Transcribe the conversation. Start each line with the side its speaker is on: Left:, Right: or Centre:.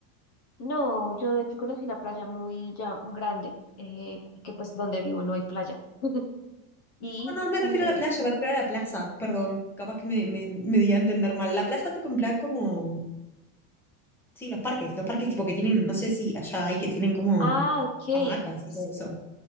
Left: No, yo de hecho conocí una playa muy ya grande, eh, que pues donde vivo no hay playa. <laughs> Y,
Centre: No, no me
Left: mm,
Centre: refiero a la playa, me refiero a la plaza, perdón. Capaz que me, me, me di a entender mal. La plaza, tipo, en plan como. Sí, los parques, los parques tipo que tienen, no sé si allá hay que tienen como
Left: ah, ok.
Centre: hamacas
Left: pues,
Centre: y todo eso.